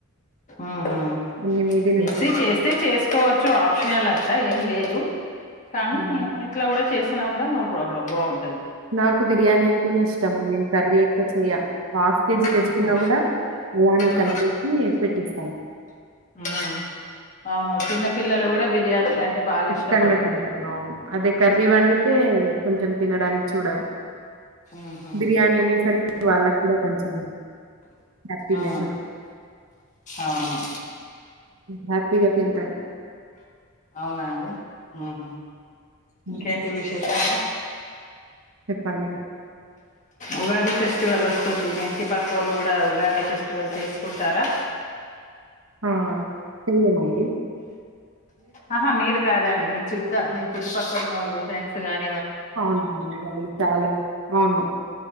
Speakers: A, on the left; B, on the right.
A: ఆహు
B: అన్ని మీది నుంచే
A: మిక్సీ
B: తెచ్చుకుంటా.
A: చేస్తే చేసుకోవచ్చు ఆప్షనల్ అది అలా ఏం లేదు కానీ
B: హ్మ్.
A: ఇట్లా కూడా చేస్ కూడా నో ప్రాబ్లం బాగుంటుంది
B: నాకు బిర్యానీ అంటేనే ఇష్టం నేను కర్రీ ఎక్కువ చెయ్య హాఫ్ కేజీ తెచ్చుకున్నా
A: ఆహా
B: కూడా అలానే
A: ఆ
B: కలిపెట్టి పెట్టేస్తాను
A: ఆ అవును చిన్న పిల్లలు కూడా బిర్యానీలు అంటే బాగా
B: ఇష్టంగా
A: ఇష్టపడతారు
B: తింటారు అవును అదే కర్రీ వండితే కొంచెం తినడానికి చూడరు
A: ఉహు
B: బిర్యానీ అనేసరికి వాళ్ళట్లో కొంచెం హ్యాపీనెస్
A: ఆ
B: ఉంటుంది
A: అవును
B: హ్యాపీగా తింటారు
A: అవునా అండి ఉహు
B: హ్మ్.
A: ఇంకేంటి విశేషాలు
B: చెప్పాలి
A: ఉగాది ఫెస్టివల్ వస్తుంది మీ ఇంటి పక్కుఓళ్ళు కూడా ఉగాది ఫెస్టివల్ చేసుకుంటారా
B: ఆ చేయమండి
A: ఆహా మీరు కాదండి మీ చుట్ట మీ చుట్టుపక్కల వాళ్ళు ఫ్రెండ్స్ గాని
B: అవునవును వా చాలా హు అవును